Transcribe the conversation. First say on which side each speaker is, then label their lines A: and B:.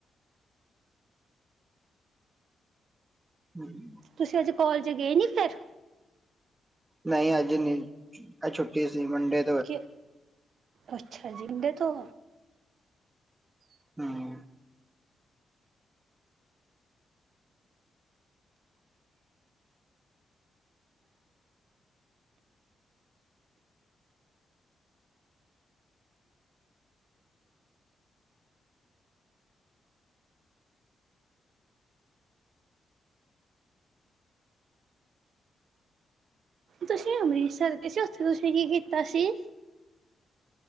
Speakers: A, on the right; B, on the right.
A: ਹਮ
B: ਤੁਸੀਂ ਅੱਜੇ ਕੋਲਜ ਗਏ ਨੀ ਫਿਰ
A: ਨਹੀਂ ਅੱਜ ਨਹੀਂ, ਛੁੱਟੀ ਸੀ ਮੁੰਡੇ
B: ਕਿ, ਅੱਛਾ ਜੀ ਵੇਥੋ
A: ਹਮ
B: ਤੁਸੀਂ ਅੰਮ੍ਰਿਤਸਰ ਦੇ ਸੀ ਉੱਥੇ ਤੁਸੀਂ ਕੀ ਕੀ ਕੀਤਾ ਸੀ